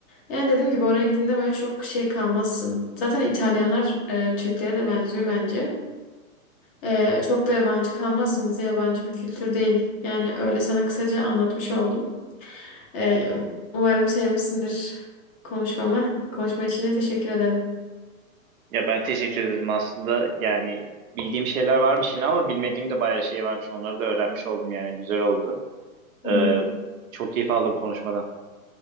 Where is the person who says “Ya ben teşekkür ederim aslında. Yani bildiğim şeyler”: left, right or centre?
Right